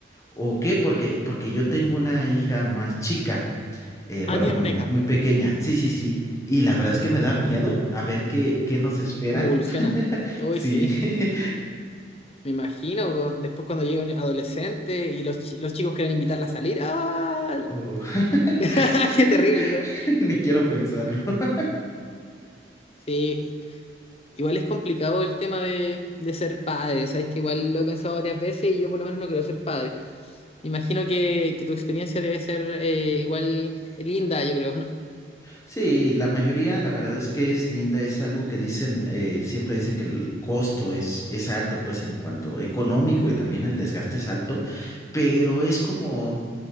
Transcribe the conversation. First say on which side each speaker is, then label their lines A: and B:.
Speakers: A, on the left; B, on the left.
A: o qué, porque, porque yo tengo una hija más chica, eh,
B: Ah,
A: bueno,
B: tienes
A: mu-
B: una hija.
A: muy pequeña, sí, sí, sí. Y la verdad es que me da miedo a ver qué, qué nos espera.
B: ¿Cómo evoluciona? Uy,
A: Sí.
B: sí.
A: <laughs>
B: Me imagino, weón. Después cuando llegue un adolescente y los, chi- los chicos quieren invitarla a salir. ¡Ah!
A: Oh. <laughs>
B: <laughs> ¡Qué terrible, ¿no?
A: Ni quiero pensarlo. <laughs>
B: Sí. Igual es complicado el tema de, de ser padre. Sabes que igual lo he pensado varias veces y yo por lo menos no quiero ser padre. Me imagino que, que tu experiencia debe ser eh, igual linda, yo creo, ¿no?
A: Sí, la mayoría, la verdad es que es linda, es algo que dicen, eh, siempre dicen que el costo es, es alto, pues en cuanto económico y también el desgaste es alto, pero es como,